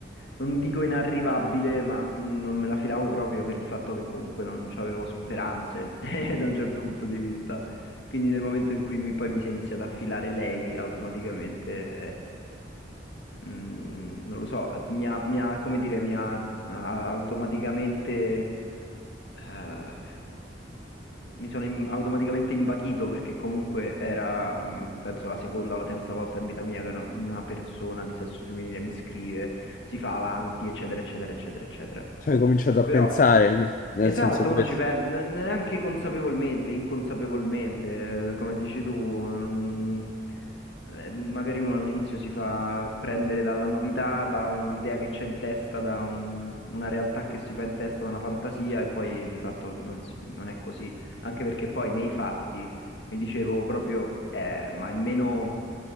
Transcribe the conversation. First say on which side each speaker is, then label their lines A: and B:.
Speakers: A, on the left (about 70°); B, on the left (about 45°).
A: non dico inarrivabile, ma mh, non me la filavo proprio per il fatto che comunque non avevo speranze <laughs> eh, da un certo punto di vista. Quindi nel momento in cui mi- poi mi si è iniziata a filare lei automaticamente, eh, mh, non lo so, mi ha, mi ha, come dire, mi ha ha automaticamente... Eh, mi sono im- automaticamente imbaghito perché comunque era, mh, penso, la seconda o la terza volta in vita mia che una, una persona di sesso femminile mi scrive, si fa avanti, eccetera, eccetera, eccetera, eccetera.
B: Cioè, hai cominciato a
A: Però
B: pensare, n- nel
A: Esatto,
B: senso questo.
A: uno ci pensa neanche consapevolmente, inconsapevolmente, eh, come dici tu, mm, eh, magari uno all'inizio si fa prendere dalla novità, da un'idea che c'è in testa, da un- una realtà che si fa in testa, da una fantasia e poi di fatto non, si- non è così, anche perché poi nei fatti mi dicevo proprio, eh, ma è meno,